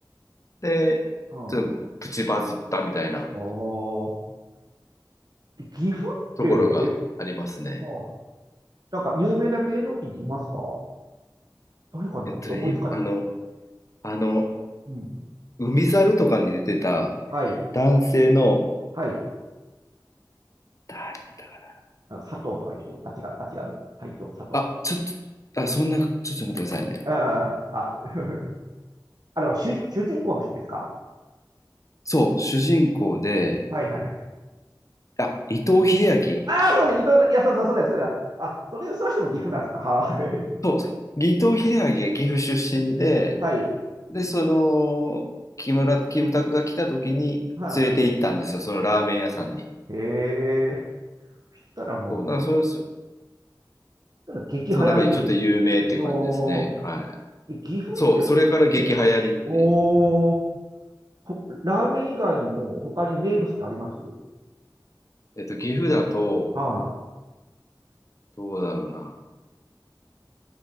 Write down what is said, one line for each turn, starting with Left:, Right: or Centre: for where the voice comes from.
Left: で、
Right: うん。
Left: ちょっとプチバズったみたいな
Right: ああ。で岐阜って、
Left: ところがありますね。
Right: え、ああ、なんか有名な芸能人っていますか誰かなちょっと思いつかな
Left: えっとね、今、あの、あの、
Right: い。うん。
Left: 海猿とかに出てた
Right: はい。
Left: 男性の、
Right: はい。
Left: 誰だったか
Right: あの佐藤とかいう人。あ、違う。あ、違う。斎藤、佐藤。
Left: なあ、ちょっと、あ、そんな、ちょっと待ってくださいね。
Right: あ、あ、あ <laughs> あの、主、主人公の人ですか
Left: そう、主人公で、
Right: はいはいはい。
Left: あ、伊藤英明。
Right: ああ、そうだ、伊藤だ。いや、そうだ、そうだ、そうだ。あ、それ、そうしても岐阜なんですかはい。
Left: そう、伊藤英明が岐阜出身で、
Right: <laughs> はい。
Left: で、その、木村、キムタクが来た時に連れて行ったんですよ、
Right: はあ、
Left: そのラーメン屋さんに。
Right: ええそしたらもう、
Left: そう、なんかそれ、そ
Right: そしたら激流行りですよね。
Left: そう、なんかちょっと有名っていう感じですね。
Right: おー、
Left: はい。
Right: え岐阜って、
Left: そう、それから激流行りって、
Right: おーおー、ほラーメン以外にも他に名物ってあります
Left: えっと、岐阜だと、
Right: は
Left: どうだろうな。